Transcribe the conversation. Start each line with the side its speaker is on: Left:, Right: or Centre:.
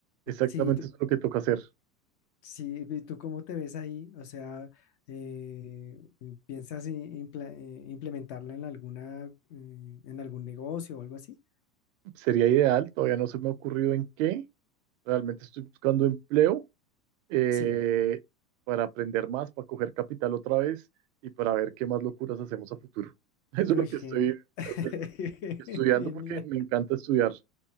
Right: Exactamente
Left: Sí, tú,
Right: eso es lo que toca hacer.
Left: sí, ¿y tú cómo te ves ahí? O sea, eh, ¿piensas i- impla- eh, implementarla en alguna, eh, en algún negocio o algo así?
Right: Sería ideal, todavía no se me ha ocurrido en qué. Realmente estoy buscando empleo eh,
Left: Sí.
Right: para aprender más, para coger capital otra vez y para ver qué más locuras hacemos a futuro. <laughs> Eso
Left: Uy,
Right: es lo
Left: gen-
Right: que estoy
Left: <laughs>
Right: haciendo. Estudiando
Left: genial.
Right: porque me encanta estudiar.